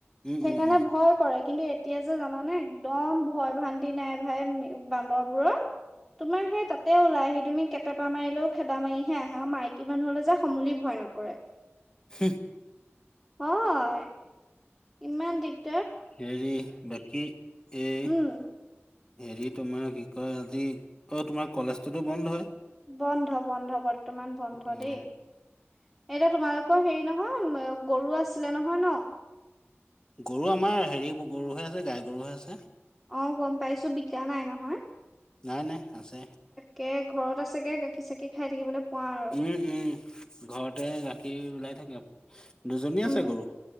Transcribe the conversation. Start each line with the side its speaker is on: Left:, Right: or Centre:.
Left: উম,
Centre: সেইকাৰণে
Left: উম, উম,
Centre: ভয় কৰে। কিন্তু- এতিয়া যে জানানে একদম ভয় ভান্তি নাই ভাই বান্দৰবোৰৰ। তোমাৰ সেই তাতে ওলাই আহি তুমি- তাপা মাৰিলেও খেদা মাৰিহে আহে আৰু মাইকী মানুহলে যে সমুলী ভয় নকৰে।
Left: হুহঁ।
Centre: হয় ইমান দিগ-
Left: হেৰি বাকী- এই
Centre: উম
Left: হেৰি তোমাৰ কি কয় আজি অ তোমাৰ কলেজটোতো বন্ধয়ে।
Centre: বন্ধ-বন্ধ বৰ্তমান বন্ধ
Left: অ'।
Centre: দেই এতিয়া তোমালোকৰ হেৰি ন- নহয় গৰু আছিলে নহয় ন।
Left: গৰু আমাৰ হেৰি গৰুহে আছে গায় গৰুহে আছে।
Centre: অঁ গম পাইছো বিকা নাই নহয়।
Left: নাই নাই আছে।
Centre: এ ঘৰত আছেগে গাখী চাখী খায় থাকিবলৈ পোৱা আৰু।
Left: উম, উম, ঘৰতে গাখীৰ ওলাই থাকে, দুজনী
Centre: উম
Left: আছে গৰু।